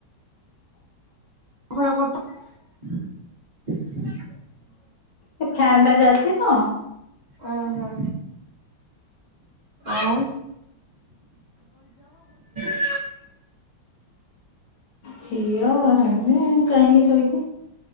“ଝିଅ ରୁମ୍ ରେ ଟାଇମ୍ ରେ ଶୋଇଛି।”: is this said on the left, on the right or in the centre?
Left